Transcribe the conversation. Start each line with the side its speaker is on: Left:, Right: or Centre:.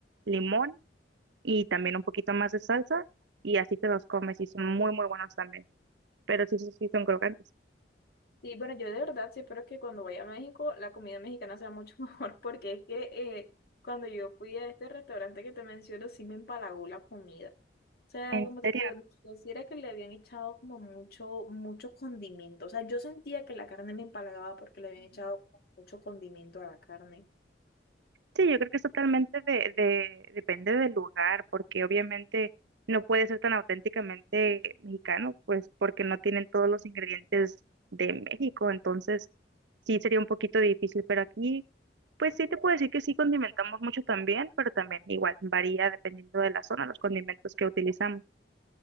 Right: limón y también un poquito más de salsa y así te los comes y son muy, muy buenos también. Pero sí, sí, sí, son crocantes.
Left: Sí, bueno, yo de verdad sí espero que cuando vaya a México la comida mexicana sea mucho <laughs> mejor, porque es que eh, cuando yo fui a este restaurante que te menciono, sí me empalagó la comida. O sea,
Right: ¿En
Left: como
Right: serio?
Left: te digo, no sé si era que le habían echado como mucho, mucho condimento. O sea, yo sentía que la carne me empalagaba porque le habían echado mucho condimento a la carne.
Right: Sí, yo creo que es totalmente de, de, depende del lugar, porque obviamente no puede ser tan auténticamente mexicano, pues porque no tienen todos los ingredientes de México, entonces sí sería un poquito difícil, pero aquí, pues sí te puedo decir que sí condimentamos mucho también, pero también igual varía dependiendo de la zona, los condimentos que utilizamos.